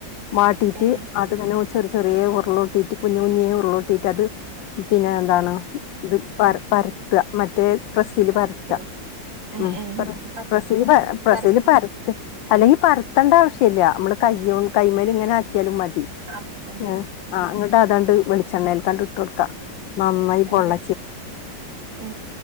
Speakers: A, on the left; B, on the right.
A: വാട്ടിയിട്ട്
B: ഏ ഏ
A: അതി ങ്ങനെ ചെറിയ ചെറിയ ഉരുളോട്ടിട്ട് കുഞ്ഞ് കുഞ്ഞേ ഉരുളോട്ടിട്ട് അത് പിന്നെ എന്താണ്. ഇത് പര പരത്തുക മറ്റേ പ്രസ്സില്
B: പത്ത്,
A: പരത്ത
B: ഏ,
A: ഉം
B: ഏ,
A: പ്ര
B: അപ്പൊ പത്ത്
A: പ്രസ്സില്
B: പത്ത്
A: പര പ്രസ്സില്
B: പറഞ്ഞു
A: പരത്ത്. അല്ലെങ്കി പരത്തണ്ട ആവശ്യല്ലാ നമ്മള് കൈയ്യോണ്ട് കൈമേലിങ്ങനെ ആക്കിയാലും മതി.
B: ആ ആ
A: ങ്ങാ ആ എന്നിട്ട് അതാണ്ട് വെളിച്ചെണ്ണേലെകാണ്ട് ഇട്ടുകൊടുക്കാം നന്നായി
B: നല്ല
A: പൊള്ള
B: ഏ